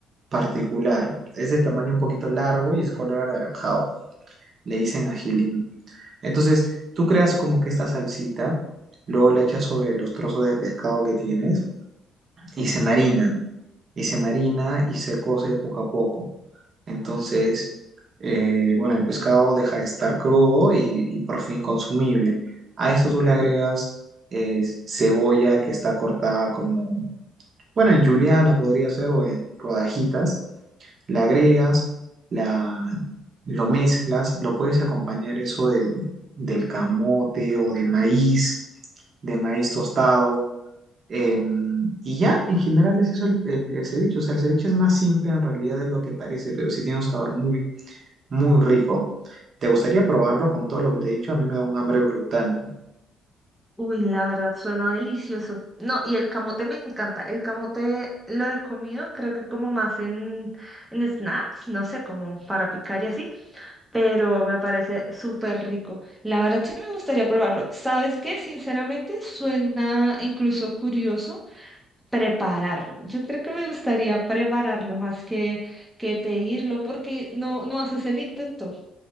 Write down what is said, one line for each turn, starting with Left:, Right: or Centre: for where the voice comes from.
Right: particular, es de tamaño un poquito largo y es color anaranjado, le dicen ají limo. Entonces, tú creas como que esta salsita, luego le echas sobre los trozos de pescado que tienes y se marina, y se marina y se cose poco a poco. Entonces, eh, bueno, el pescado deja de estar crudo y, y por fin consumible. A esto tú le agregas eh, cebolla que está cortada como, bueno, en juliana podría ser o en rodajitas le agregas, la, lo mezclas, lo puedes acompañar eso de, del camote o de maíz, de maíz tostado. em, y ya, en general es eso el, el- el ceviche. O sea, el ceviche es más simple en realidad de lo que parece, pero sí tiene un sabor muy, muy rico. ¿Te gustaría probarlo con todo lo que te he dicho? A mí me da un hambre brutal.
Centre: Uy, la verdad suena delicioso. No, y el camote me encanta. El camote lo he comido, creo que como más en, en snacks, no sé, como para picar y así, pero me parece súper rico. La verdad sí me gustaría probarlo. ¿Sabes qué? Sinceramente suena incluso curioso prepararlo. Yo creo que me gustaría prepararlo más que, que pedirlo porque no, no haces el intento.